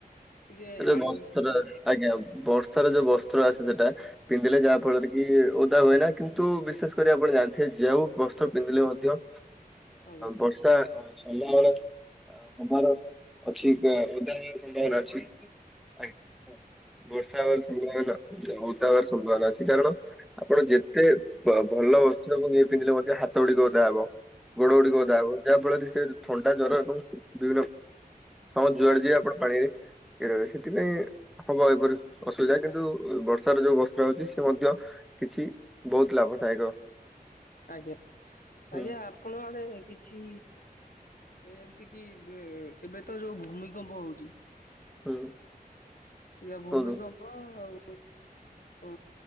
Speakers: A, on the left; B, in the centre.
A: ଟିକେ
B: ସେ ଯୋଉ
A: ଜାଣିନି
B: ବସ୍ତ୍ର
A: ଟିକେ।
B: ଆଜ୍ଞା ବର୍ଷାର ଯୋଉ ବସ୍ତ୍ର ଆସେ ସେଟା ପିନ୍ଧିଲେ ଯାହା ଫଳରେ କି ଓଦା ହୁଏନା କିନ୍ତୁ ବିଶେଷ କରି ଆପଣ ଜାଣିଥିବେ ଯେଉ ବସ୍ତ୍ର ପିନ୍ଧିଲେ ମଧ୍ୟ ହ
A: ଆଜ୍ଞା।
B: ବର୍ଷା ଅ ସଭମଳ ଅ ହବାର ଅଛି ଅ ଓଧା ହେଇବାର ସମ୍ଭାବନା ଅଛି ଆଜ୍ଞା। ବର୍ଷା ହବାର ସମ୍ଭାବନା ଓଦା ହବାର ସମ୍ଭାବନା ଅଛି କାରଣ ଆପଣ ଯେତେ ବ ଭଲ ବସ୍ତ୍ରକୁ ନେଇ ପିନ୍ଧିଲେ ମଧ୍ୟ ହାତ ଗୁଡିକ ଓଦା ହବ। ଗୋଡ ଗୁଡ଼ିକ ଓଦା ହବ ଯାହା ଫଳରେ ସେ ଥଣ୍ଡା ଜର ଏବଂ ବିଭିନ୍ନ ସମସ୍ତ ଯୁଆଡେ ଯିବେ ଆପଣ ପାଣିରେ ଇଏ ରହିବେ ସେଥିପାଇଁ ହବ ଏଇ ପରି। ଅସୁବିଧା କିନ୍ତୁ ବର୍ଷାର ଯୋଉ ବସ୍ତ୍ର ହଉଚି ସେ ମଧ୍ୟ କିଛି ବୋହୁତ ଲାଭଦାୟକ
A: ଆଜ୍ଞା।
B: ହୁଁ
A: ଆଜ୍ଞା
B: ହୁଁ।
A: ଆପଣ ଆଡ଼େ କିଛି ଏମିତି କି ଏବେ ଏବେ ତ ଯୋଉ ଭୂମିକମ୍ପ ହଉଚି।
B: ହୁଁ।
A: ୟ ଭୂମିକମ୍ପ
B: କୁହନ୍ତୁ
A: ଆଉ ଉ